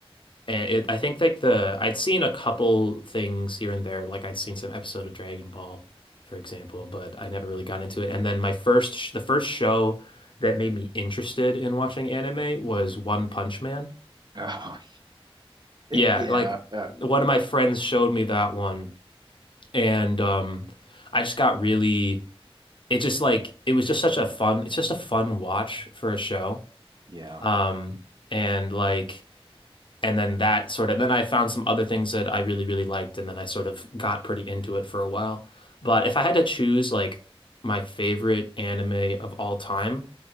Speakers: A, on the left; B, on the right.
A: And it, I think like the I'd seen a couple things here and there, like I'd seen some episode of Dragon Ball, for example, but I never really got into it. And then my first sh- the first show that made me interested in watching anime was One Punch Man.
B: Oh, <laughs>
A: Yeah,
B: yeah.
A: like
B: uh,
A: one of my friends showed me that one, and um, I just got really it just like it was just such a fun it's just a fun watch for a show
B: Yeah.
A: um and like and then that sort of then I found some other things that I really really liked and then I sort of got pretty into it for a while but if I had to choose like my favorite anime of all time